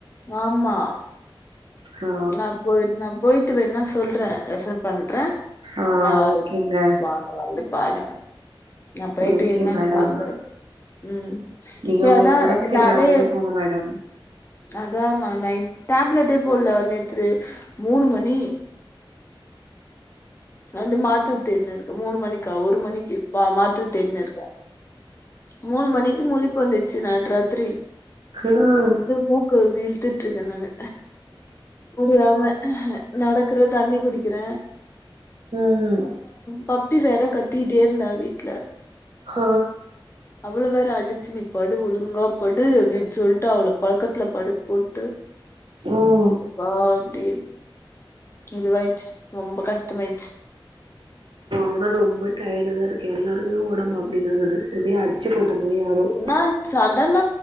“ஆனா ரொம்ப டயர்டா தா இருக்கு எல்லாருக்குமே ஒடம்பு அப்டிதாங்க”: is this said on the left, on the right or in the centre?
Right